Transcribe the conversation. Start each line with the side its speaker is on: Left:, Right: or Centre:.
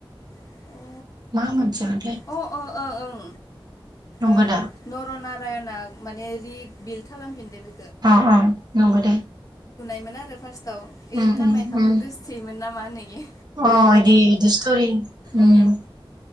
Left: अ
Right: मा मोनसेमोनथाय
Left: अ अ ओं ओं।
Right: नंगौ
Left: ओं
Right: दा
Left: नरनारायणआ माने रिबिल्ट खालामफिनदो बे
Right: अ अ नंगौ दे।
Left: मोन आरो फार्स्टआव ओइ
Right: उम
Left: कामाख्याखौ
Right: उम उम
Left: गोसथोयोमोन नामा होनो आरो?
Right: अ इदि इदि स्तरि उम।
Left: अ